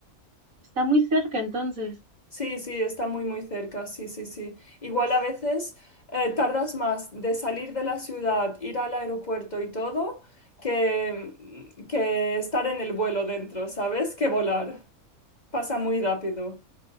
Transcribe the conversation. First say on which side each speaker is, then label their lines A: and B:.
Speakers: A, on the right; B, on the left.
A: Está muy cerca entonces.
B: Sí, sí, está muy, muy cerca, sí, sí, sí. Igual a veces eh, tardas más de salir de la ciudad, ir al aeropuerto y todo, que, que estar en el vuelo dentro, ¿sabes? Que volar. Pasa muy rápido.